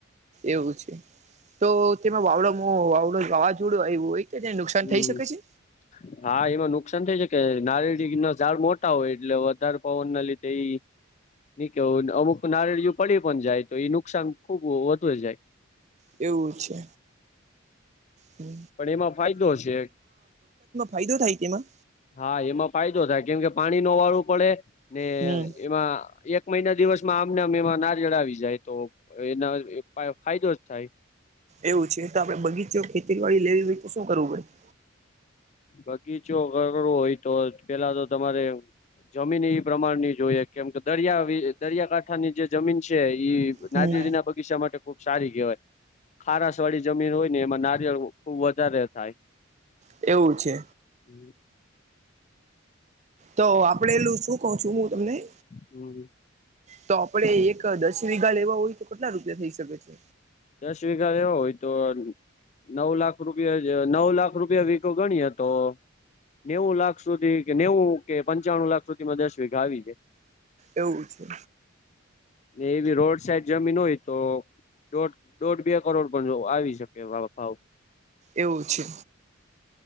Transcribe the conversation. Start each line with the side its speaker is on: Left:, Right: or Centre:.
Right: એવું છે તો તેમાં વાવડો મો વાવડો વાવાઝોડો આવવું હોય તો તેને નુકસાન
Left: હમ
Right: થઈ શકે છે
Left: હા એમાં નુકસાન થાય છે કે નારળી ના ાડ મોટા હોય એટલે વધારે પવન ના લીધે એ નઈ કે અમુક નારળિય પડી પણ જાય તો એ નુકસાન ખુબ વધુ જાય
Right: એવું છે હમ
Left: પણ એમાં ફાયદો છે
Right: ફાયદો થાય તેમાં
Left: હા એમાં ફાયદો થાય કેમકે પાણી ન વાળવું પડે ને
Right: હમ
Left: એમાં એક મહિના દિવસ મને અમે એમાં નારયળાવી જાય તો એના ફાયદો જ થાય
Right: એવું છે તો આપડે બગીચો ખેતી વાડી લેવી હોય તો શું કરવું પે
Left: બગીચો કરવો હોય તો પેલા તો તમારે જમીન પ્રમાણની જોઈએ કેમ કે દરિયા દરિયાકાંઠાની જે જમીન છે
Right: પડે
Left: નાદડી
Right: હમ
Left: ના બગીચામાં માટે ખુબ સારી કહેવાય ખારાસ વાળી જમીન હોય ને એમાં નારિયળ ખુબ વધારે થાય
Right: એવું છે
Left: હમ
Right: તો આપડે એલું શું ક છું હું તમને
Left: હમ
Right: તો આપડે એક દસ વીઘા લેવા હોય તો કેટલા રૂપિયા થઈ શકે છે
Left: દસ વીઘા લેવો હોય તો નવ લાખ રૂપિયા જ નવ લાખ રૂપિયા વીકો ગણી હતો નેવું લાખ સુધી કે નેવું કે પંચાણું લાખ સુધીમાં દસ વીઘા આવી જાય
Right: એવું છે
Left: એવી રોડ સાઈડ જમીન હોય તો દોઢ દોઢ બે કરોડ પણ જો આવી શકે ભાવ
Right: એવું છે